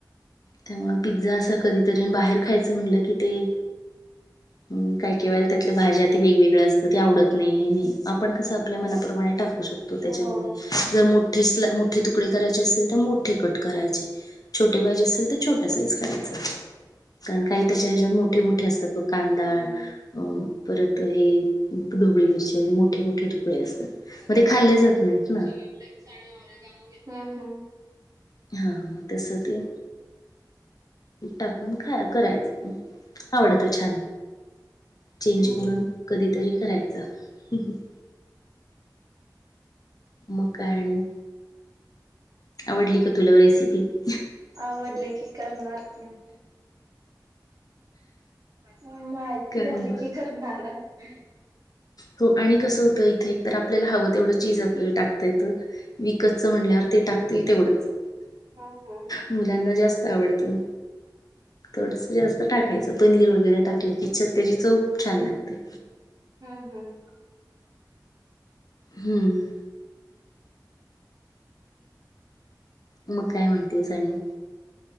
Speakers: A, on the left; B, on the right.
A: त्यामुळे पिझ्झा असं कधीतरीण बाहेर खायचं म्हणलं की ते अम्म काय केवळ त्यातल्या भाज्या ते वेगवेगळ असतं ते आवडत नाही. ते नाही आपण कस आपल्या मनाप्रमाणे टाकू शकतो त्याच्यामध्ये
B: हो
A: ज मग पिस ला मोठे तुकडे करायचे असतील तर मोठे कट करायचे छ छोट पाहिजे असेल तर छोट्या साईज करायच कारण काही त्याच्या ह्याच्या मोठे मोठे अस. त ब कांदा
B: हम्म.
A: अ परत हे.
B: <unintelligible>
A: ढोबळी मिरची वगैरे मोठे मोठे तुकडे असतात
B: अ हम्म
A: मग ते खाल्ले जात नाहीत ना
B: चीली फ्लेक्स आणि ऑरेगानू घेतला हम्म हम्म.
A: हा मग तस ते टाकून खाया करायचं आवडत छान चेंज
B: हम्म
A: म्हणून कधीतरी कराय च <unintelligible> मग काय आण आवडली का तुला रेसिपी. <unintelligible>
B: आवडली की. <unintelligible> करनार <unintelligible> माहिती
A: कारण
B: झालं की करणार. <inaudible>
A: तो हो आणि कसं होतं इथे एक तर आपल्याला हवं तेवढं चीज आपल्याला टाकता येतं. विकतच म्हणल्यावर ते टाकतील. तेवढंच.
B: हा हा.
A: मुलांना जास्त आवडतं. थोडस जास्त टाकायचं पनीर वगैरे टाकलं की च त्याजी चव खूप छान लागते.
B: हम्म हम्म
A: हम्म. मग काय म्हणतेस आणि..